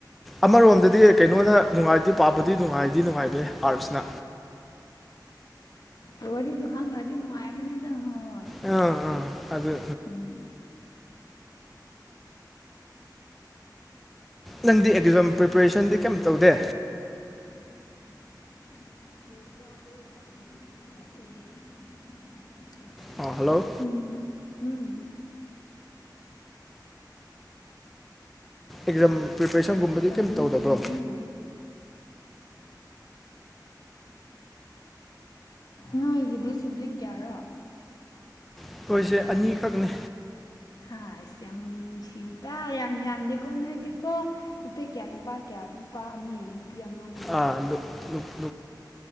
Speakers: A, in the centre; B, on the left.
A: ꯑꯃꯔꯣꯝꯗꯗꯤ ꯀꯩꯅꯣꯅ ꯅꯨꯡꯉꯥꯏꯗꯤ ꯄꯥꯕꯗꯤ ꯅꯨꯡꯉꯥꯏꯗꯤ ꯅꯨꯡꯉꯥꯏꯕꯩꯥꯅꯦ ꯑꯥꯔꯠꯁꯅ꯫
B: ꯑꯣꯏ ꯋꯥꯔꯤꯗꯣ ꯈꯪꯈ꯭ꯔꯗꯤ ꯅꯨꯡꯉꯥꯏꯕꯅꯤꯗ ꯍꯣꯏ ꯍꯣꯏ꯫
A: ꯑꯪ ꯑꯪ ꯑꯗꯨ꯫
B: ꯎꯝ꯫
A: ꯅꯪꯗꯤ ꯑꯗꯤꯂꯝ ꯄ꯭ꯔꯤꯄꯦꯔꯦꯁꯟꯗꯤ ꯀꯩꯝ ꯇꯧꯗꯦ꯫
B: <unintelligible> ꯎꯝ
A: ꯑ ꯍꯜꯂꯣ꯫
B: ꯎꯝ꯫ ꯎꯝ
A: ꯑꯦꯛꯖꯥꯝ ꯄ꯭ꯔꯤꯄꯦꯔꯦꯁꯟꯒꯨꯝꯕꯗꯤ
B: ꯀꯅꯥꯔꯅꯦ
A: ꯀꯩꯝ ꯇꯧꯗꯔꯕ꯭ꯔꯣ꯫
B: ꯅꯣꯏꯒꯤꯗꯤ ꯁꯤꯕ꯭ꯂꯤꯡ ꯀꯌꯥꯔꯣ꯫
A: ꯑꯩꯈꯣꯏꯁꯦ ꯑꯅꯤꯈꯛꯅꯤ꯫
B: ꯍꯥ ꯏꯁ ꯌꯥꯝ ꯅꯨꯡꯁꯤꯗ ꯌꯥꯝ ꯌꯥꯝꯗꯦꯀꯣ ꯅꯣꯏꯗꯤꯀꯣ꯫ ꯅꯨꯄꯤ ꯀꯌꯥ ꯅꯨꯄꯥ ꯀꯌꯥ ꯅꯨꯄꯥ ꯑꯅꯤ ꯅꯨꯄꯤ ꯑꯃ꯫ ꯑꯃ
A: ꯑꯥ ꯅꯨꯞ ꯅꯨ